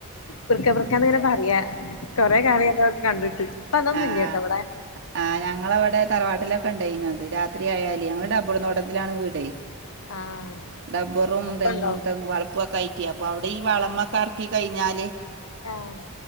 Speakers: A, on the left; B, on the right.
A: വ്ർക്ക വ്ർക്കാന്ന് ഇങ്ങനെ പറയാ കൊറെ കാലായി അതൊക്കെ കണ്ടിട്ട് അതൊന്നുല്ല്യട്ടോ
B: ആഹ്
A: ഇവിടെ
B: ആഹ് ഞങ്ങളവിടെ തറവാട്ടിലൊക്കെ ഉണ്ടായിന് അത് രാത്രിയാല് ഞങ്ങള് ടബർ തോട്ടത്തിലാണേ വീട്
A: ആഹ്
B: ടബ്ബറും
A: അപ്പണ്ടാവും
B: തെങ്ങും തെങ് വളപ്പൊക്കായിട്ട് ഇ അപ്പൊ അവിടെ ഈ വളമ്മക്കർക്കി കഴിഞ്ഞാല്
A: ആഹ്